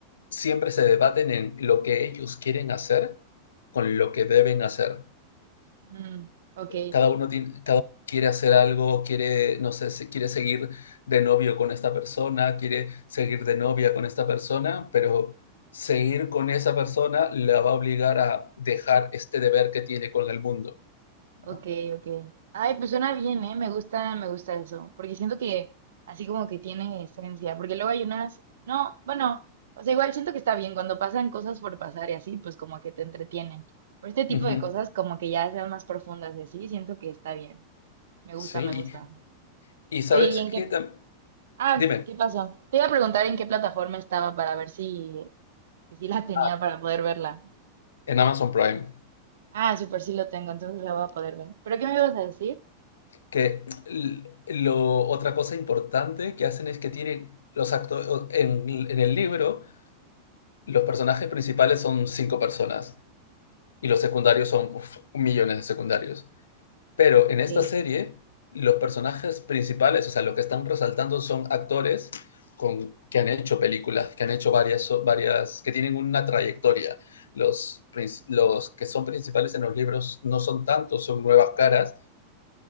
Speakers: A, on the left (about 65°); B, on the right (about 60°).
A: siempre se debaten en lo que ellos quieren hacer con lo que deben hacer.
B: Mm, ok.
A: Cada uno tiene, cada uno quiere hacer algo, quiere, no sé, se- quiere seguir de novio con esta persona, quiere seguir de novia con esta persona, pero seguir con esa persona la va a obligar a dejar este deber que tiene con el mundo, ¿no?
B: Ok, ok. Ay, pues suena bien, ¿eh? Me gusta, me gusta eso, porque siento que así como que tiene esencia, porque luego hay unas, no, bueno, o sea, igual siento que está bien cuando pasan cosas por pasar y así, pues como que te entretienen. Pero este tipo
A: Ujú.
B: de cosas como que ya sean más profundas y así, siento que está bien. Me gusta,
A: Sí,
B: me gusta.
A: Y sabes
B: Oye, ¿y en qué?
A: qué tam
B: Ah,
A: dime.
B: ¿qué pasó? Te iba a preguntar en qué plataforma estaba para ver si, si sí la tenía
A: Ah,
B: para poder verla.
A: en Amazon Prime.
B: Ah, súper, sí lo tengo, entonces la voy a poder ver. ¿Pero qué me ibas a decir?
A: Que l lo otra cosa importante que hacen es que tienen los actores en en el libro, los personajes principales son 5 personas y los secundarios son, uf, millones de secundarios. Pero en
B: Ok,
A: esta serie, los personajes principales, o sea, lo que están resaltando son actores con, que han hecho películas, que han hecho varias, so, varias, que tienen una trayectoria. Los, los que son principales en los libros no son tantos, son nuevas caras,